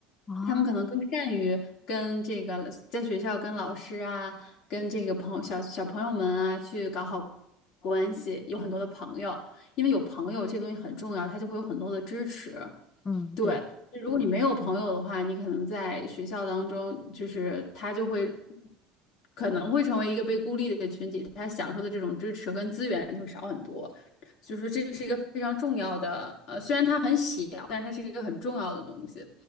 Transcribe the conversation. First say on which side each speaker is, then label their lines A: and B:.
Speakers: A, on the left; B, on the left.
A: 哦，
B: 他们可能更善于跟这个在学校跟老师啊，跟这个朋友小小朋友们啊去搞好关系，有很多的朋友，因为有朋友这个东西很重要，他就会有很多的支持。
A: 嗯，
B: 对，
A: 对，
B: 如果你没有朋友的话，你可能在学校当中，就是他就会可能会成为一个被孤立的群体，他享受的这种支持跟资源就会少很多。所以说，这是一个非常重要的，呃，虽然它很小，但是它是一个很重要的东西。